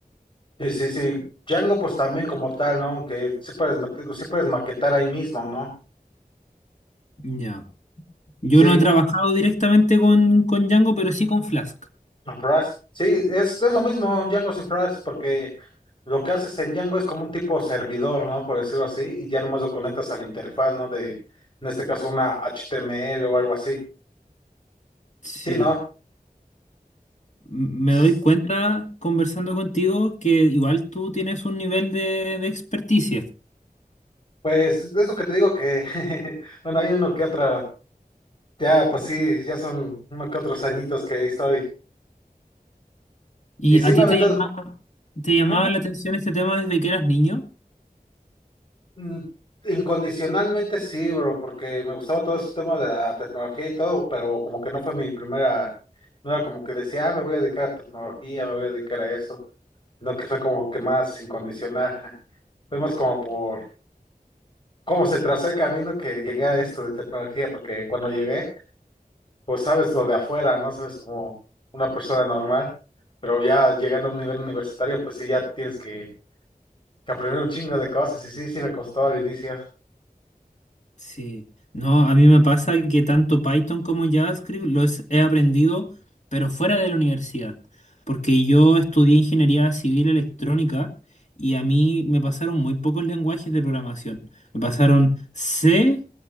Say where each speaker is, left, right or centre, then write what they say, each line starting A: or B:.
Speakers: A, on the left; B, on the left.
A: sí sí, sí. Django, pues también como tal, ¿no? Aunque sí puedes meter, sí puedes maquetar ahí mismo, ¿no?
B: Ya. Yo
A: Sí,
B: no he trabajado directamente con, con Django, pero sí con Flask.
A: Rust. Sí, es, es lo mismo Django y Rust, porque lo que haces en Django es como un tipo servidor, ¿no? Por decirlo así, y ya nomás lo conectas a la interfaz, ¿no? De, en este caso, una HTML o algo así.
B: Sí.
A: Sí, ¿no?
B: M- Me
A: Sí,
B: doy cuenta conversando contigo que igual tú tienes un nivel de, de experticia.
A: pues es lo que te digo que, <laughs> bueno, hay uno que otra, ya, pues sí, ya son uno que otros añitos que ahí estoy.
B: ¿Y
A: Y sí,
B: a
A: me
B: ti
A: ha aventado.
B: te llamaba, te llamaba
A: Ujú.
B: la atención este tema desde que eras niño?
A: Mm, Incondicionalmente sí, bro, porque me gustaba todo ese tema de la tecnología y todo, pero como que no fue mi primera, no era como que decía, ah, me voy a dedicar a tecnología, me voy a dedicar a eso, no que fue como que más incondicional. <laughs> Fue más como por cómo se trazó el camino que llegué a esto de tecnología, porque cuando llegué, pues sabes lo de afuera, ¿no? Sabes como una persona normal, pero ya llegando a un nivel universitario, pues sí, ya tienes que, que aprender un chingo de cosas y sí, sí me costó al inicio.
B: Sí, no, a mí me pasa que tanto Python como JavaScript los he aprendido, pero fuera de la universidad, porque yo estudié ingeniería civil electrónica y a mí me pasaron muy pocos lenguajes de programación. Me pasaron C